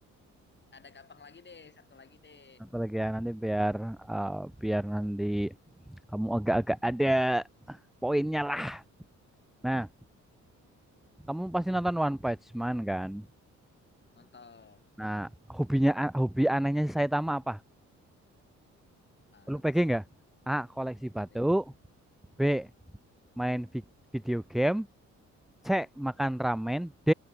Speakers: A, on the left; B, in the centre.
A: ada gampang lagi deh. Satu lagi deh.
B: Apalagi ya nanti biar ah, biar nanti kamu agak-agak ada poinnya lah. Nah, kamu pasti nonton One Punch Man kan?
A: nonton
B: Nah, hobinya hobi anehnya si Saitama apa?
A: Ah,
B: Lu
A: apa
B: PG
A: sok
B: nggak? A. Koleksi
A: PJ
B: batu.
A: PJ
B: B. Main vi- video game. C. Makan ramen. D.